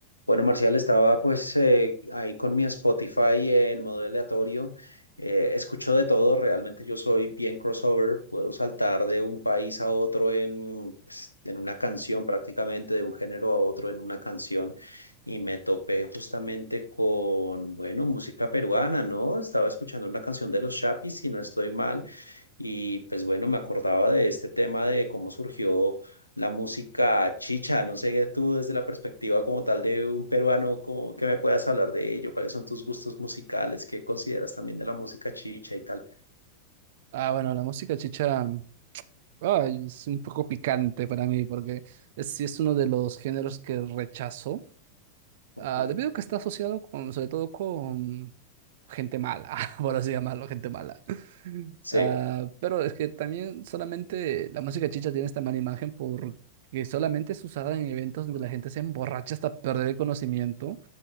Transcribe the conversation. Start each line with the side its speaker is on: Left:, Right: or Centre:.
Left: Bueno, Marcial, estaba pues eh, ahí con mi Spotify en modo aleatorio. Eh, escucho de todo, realmente yo soy bien crossover, puedo saltar de un país a otro en, pues, en una canción prácticamente, de un género a otro en una canción. Y me topé justamente con, bueno, música peruana, ¿no? Estaba escuchando una canción de los Chapis, si no estoy mal, y pues bueno, me acordaba de este tema de cómo surgió la música chicha. No sé tú desde la perspectiva como tal de un peruano, como que me puedas hablar de ello, cuáles son tus gustos musicales, qué consideras también de la música chicha y tal.
Right: Ah, bueno, la música chicha ay, es un poco picante para mí porque es- sí es uno de los géneros que rechazo, ah,
Left: Ujú.
Right: debido a que está asociado con, sobre todo con gente mala, <laughs> por así llamarlo, gente mala.
Left: Sí.
Right: Ah, pero es que también solamente la música chicha tiene esta mala imagen porque solamente es usada en eventos donde la gente se emborracha hasta perder el conocimiento